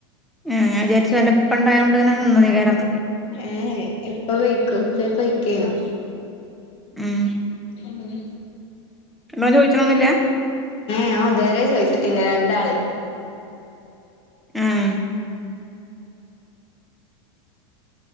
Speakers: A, in the centre; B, on the left (about 35°).
A: എ ഞാൻ വിചരിച്ച് ഇവന്റെ ഇപ്പ ണ്ടായോണ്ട് ങ്ങനെ നിന്ന തൈക്കാരന്ന്.
B: ഏ എ ഇപ്പ പയിക്കും ഇപ്പ പയ്ക്കേ ന്നു.
A: ഉം
B: ഉം ഉം..
A: മ്മ ചോയ്ച്ച്ണൊന്നൂല്ല.
B: ഞാ ഇതുവരെ ചോയ്ച്ചിട്ടില്ല രണ്ടാളിം.
A: ഉം